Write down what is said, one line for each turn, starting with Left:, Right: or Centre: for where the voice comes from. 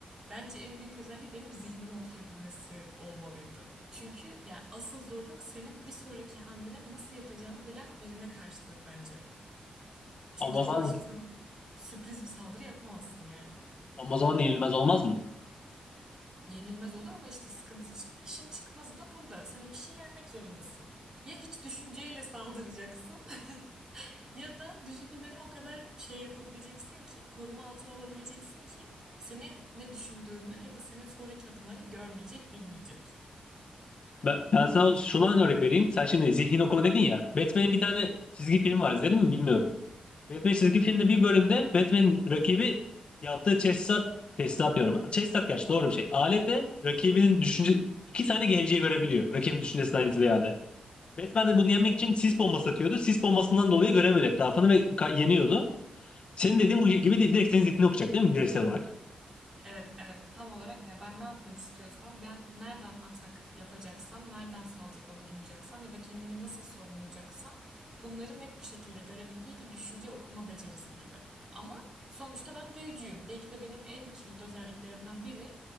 Right: bence en büyük özelliği benim zihnimi okuyabilmesi olmalıydı. Çünkü yani asıl zorluk senin bir sonraki hamlene nasıl yapacağını bilen birine karşıdır bence. Çünkü
Left: Amazon
Right: onu hiçbir zaman sürpriz bir saldırı yapamazsın yani.
Left: Amazon yenilmez olmaz mı?
Right: Yenilmez olur ama işte sıkıntı işin çıkmazı da burada. Sen o kişiyi yenmek zorundasın. Ya hiç düşünceyle saldıracaksın <laughs> ya da düşüncelerini o kadar şey yapabileceksin ki koruma altına alabileceksin ki senin ne düşündüğünü ya da senin sonraki adımlarını görmeyecek, bilmeyecek.
Left: Ben, ben sana şuna örnek vereyim. Sen şimdi zihin okuma dedin ya. Batman'in bir tane çizgi film var. İzledin mi bilmiyorum. Batman çizgi filmde bir bölümde Batman'in rakibi yaptığı teçhizat, teçhizat diyorum. Teçhizat gerçi doğru bir şey. Aletle rakibinin düşünce iki tane geleceği görebiliyor. Rakibin düşüncesinden ziyade. Batman de bunu yenmek için sis bombası atıyordu. Sis bombasından dolayı göremiyordu etrafını ve ka- yeniyordu. Senin dediğin bu gibi değil. Direkt senin zihnini okuyacak değil mi bireysel olarak?
Right: Evet, evet tam olarak ya ben ne yapmak istiyorsam ben nereden atak yapacaksam nereden saldırıda bulunacaksam ya da kendimi nasıl savunacaksam bunları net bir şekilde görebildiği bir düşünce okuma becerisi gibi. Ama sonuçta ben büyücüyüm. Belki de benim en kilit özelliklerimden biri